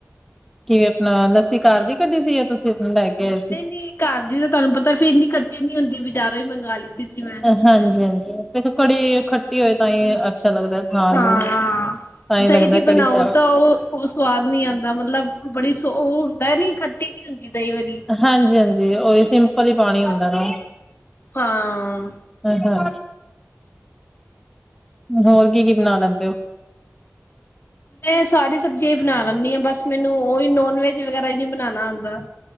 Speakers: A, in the centre; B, on the left (about 50°).
A: ਕਿਵੇ ਆਪਣਾ ਲੱਸੀ ਘਰ ਦੀ ਕੱਢੀ ਸੀ ਆ ਤੁਸੀਂ ਆਪ ਨੂੰ ਲੈ ਕੇ ਆਏ ਸੀ
B: ਨਹੀਂ, ਨਹੀਂ ਘਰ ਦੀ ਤਾਂ ਤੁਹਾਨੂੰ ਪਤਾ ਫਿਰ ਇੰਨੀ ਖੱਟੀ ਨੀ ਹੁੰਦੀ ਬਜ਼ਾਰੋਂ ਹੀ ਮੰਗਵਾ ਲਦੀ ਸੀ ਮੈਂ।
A: ਹਾਂਜੀ, ਹਾਂਜੀ ਦੇਖੋ ਕੜੀ ਖੱਟੀ ਹੋਏ ਤਾਂ ਹੀ ਅੱਛਾ ਲੱਗਦਾ। ਖਾਣ
B: ਹਾਂ
A: ਨੂੰ
B: ਹਾਂ,
A: ਤਾਂ ਹੀ
B: ਦਈ
A: ਲੱਗਦਾ
B: ਦੀ
A: ਕੜੀ
B: ਬਣਾਓ
A: ਚਾਵਲ
B: ਓ ਤਾਂ ਉਹ ਸਵਾਦ ਨੀ ਆਂਦਾ ਮਤਲਬ ਬੜੀ ਸ ਉਹ ਹੁੰਦਾ ਨਹੀਂ ਖੱਟੀ ਨੀ ਹੁੰਦੀ ਦਹੀਂ ਵਾਲੀ।
A: ਹਾਂਜੀ, ਹਾਂਜੀ ਓਹੀ ਸਿੰਪਲ ਹੀ ਪਾਣੀ ਹੁੰਦਾ ਨਾ।
B: ਹਾਂ।
A: ਹਾਂ ਹਾਂ, ਹੋਰ ਕੀ ਕੀ ਬਣਾ ਲੈਂਦੇ ਹੋ।
B: ਮੈਂ ਸਾਰੀ ਸਬਜ਼ੀਆਂ ਹੀ ਬਣਾ ਲੈਂਦੀ ਹਾਂ ਬਸ ਮੈਨੂੰ ਹੀ ਨੋਨ ਵੈਜ ਵਗੈਰਾ ਹੀ ਨਹੀਂ ਬਣਾਣਾ ਆਂਦਾ